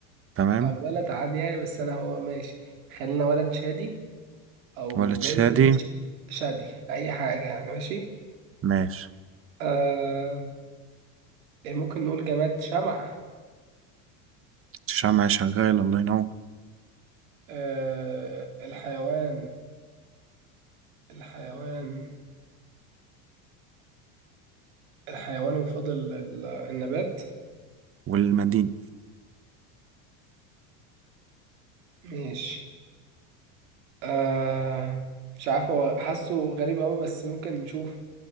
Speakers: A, on the right; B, on the right.
A: تمام
B: أو ولد عادي يعني بس أنا هو ماشي خلينا ولد شادي أو
A: ولا
B: بنت
A: تشادي
B: ش- شادي أي حاجة يعني ماشي
A: ماشي
B: آه ممكن نقول جماد شمعة
A: الشمعة شغال الله ينور
B: آه الحيوان الحيوان الحيوان وفضل ال- النبات
A: والمدينة
B: ماشي آه مش عارف هو حاسه غريب قوي بس ممكن نشوف